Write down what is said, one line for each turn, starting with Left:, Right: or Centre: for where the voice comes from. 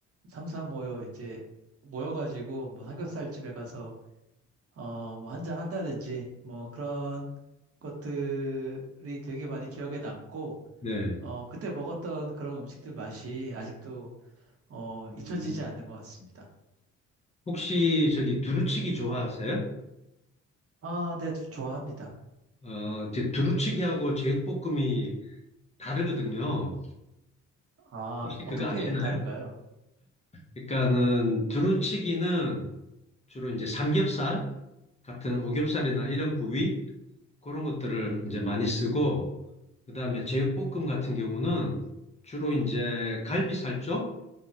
Right: 삼사 모여 이제 모여가지고 뭐 삼겹살 집에 가서 어, 뭐 한잔 한다든지 뭐 그런 것들이 되게 많이 기억에 남고
Left: 네.
Right: 어, 그때 먹었던 그런 음식들 맛이 아직도 어,
Left: 음,
Right: 잊혀지지 않는 것 같습니다.
Left: 혹시 저기 두루치기 좋아하세요?
Right: 아, 네, 저- 좋아합니다.
Left: 어, 이제 두루치기하고 제육볶음이 다르거든요.
Right: 아,
Left: 혹시
Right: 어떻게
Left: 그거 아시나요?
Right: 다른가요?
Left: 그러니까는 두루치기는 주로 이제 삼겹살 같은 오겹살이나 이런 부위 그런 것들을 이제 많이 쓰고, 그다음에 제육볶음 같은 경우는 주로 이제 갈비살 쪽